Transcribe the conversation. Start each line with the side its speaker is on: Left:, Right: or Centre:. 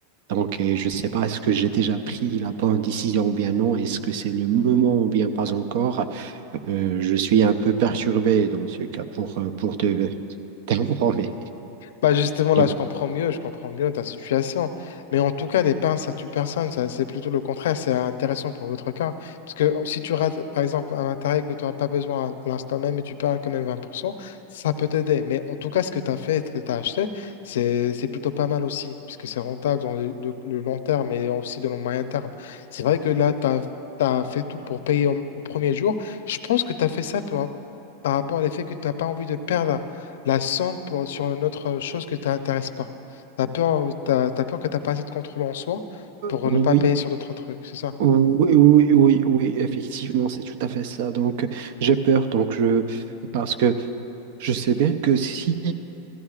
Right: Donc, euh, je sais pas est-ce que j'ai déjà pris la bonne décision ou bien non. Est-ce que c'est le moment ou bien pas encore? Euh, je suis un peu perturbé dans ce cas pour, euh, pour te <laughs> t'informer.
Left: Bah justement, là,
Right: Mais
Left: je comprends mieux, je comprends mieux ta situation. Mais en tout cas, les pains, ça tue personne. Ça, c'est plutôt le contraire. C'est intéressant pour votre cas. Parce que si tu rates, par exemple, un matériel que tu n'auras pas besoin à l'instant même et tu perds quand même 20%, ça peut t'aider. Mais en tout cas, ce que tu as fait, et ce que tu as acheté, c'est, c'est plutôt pas mal aussi. Puisque c'est rentable dans le, le- le long terme et aussi dans le moyen terme. C'est vrai que là, tu as, fait tout pour payer au, au premier jour. Je pense que tu as fait ça pour, par rapport à l'effet que tu n'as pas envie de perdre la somme pour- sur une autre euh, chose que tu t'intéresses pas. T'as peur, euh, t'as, t'as peur que t'as pas assez de contrôle en soi pour
Right: Oui,
Left: ne pas payer sur d'autres trucs, c'est ça?
Right: oui, oui, oui, oui, effectivement, c'est tout à fait ça. Donc, j'ai peur, donc je, parce que je sais bien que si